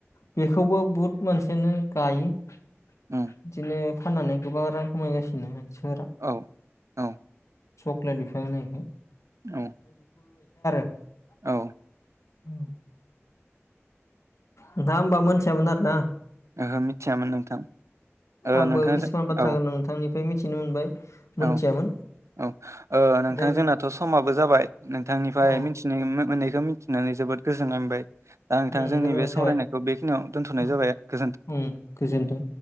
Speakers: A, on the left; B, on the right.
A: बेखौबो बुहुत मानसियानो गायो
B: उम
A: बिदिनो फाननानै गोबां रां खामायगासिनो। सोर
B: औ औ
A: सक्लेटनिफ्रायनो <unintelligible>
B: औ
A: <unintelligible>
B: औ।
A: उ नोंथाङा होमबा मोनथियामोन आरोना।
B: ओहो मिथियामोन नोंथां। ओ
A: आंबो
B: नोंथांजों
A: किसुमान बाथ्रा
B: औ
A: नोंथांनि फ्राय मिथिनो मोनबाय। मोनथियामोन
B: औ औ ओ नोंथां
A: दे बि
B: जोंनाथ' समाबो जाबाय नोंथांनिफ्राय
A: अ
B: मिथिनो मोननैखौ मिथिनानै जोबोद गोजोननाय मोनबाय। दा नोंथां
A: उम
B: जोंनि
A: गोजोननाय
B: बे सावरायनायखौ
A: थाबाय
B: बेखिनियाव दोनथ'नाय
A: अ
B: जाबाय गोजोनथों।
A: उम गोजोनथों।